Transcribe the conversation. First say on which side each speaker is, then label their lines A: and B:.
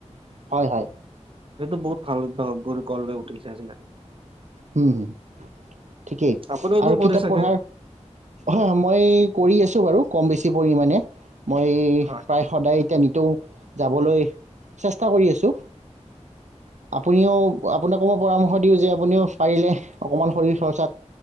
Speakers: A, on the right; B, on the right.
A: হয় হয়
B: সেইটো বহুত ভাল বহুত ভাল অভায়াস গঢ় লৈ উঠিছে আজিকালি
A: হুম হুম ঠিকেই
B: আপুনিওতো
A: আৰু
B: কৰে
A: কিতাপ
B: চাগে
A: পঢ়াৰ হয় হয় মই কৰি আছো বাৰু কম বেছি পৰিমাণে মই
B: হয়
A: তাই সদায় এতিয়া তেওঁ যাবলৈ চেষ্টা কৰি আছোঁ আপুনিও আপোনাকো মই পৰামৰ্শ দিওঁ যে আপুনিও পাৰিলে অকমান শৰীৰ চৰ্চাত চৰ্চাত